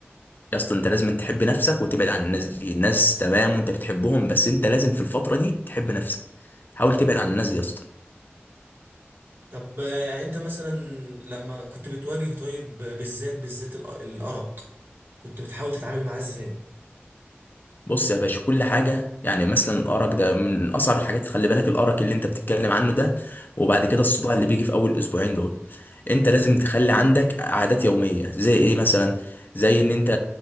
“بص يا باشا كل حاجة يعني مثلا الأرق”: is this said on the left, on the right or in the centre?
Left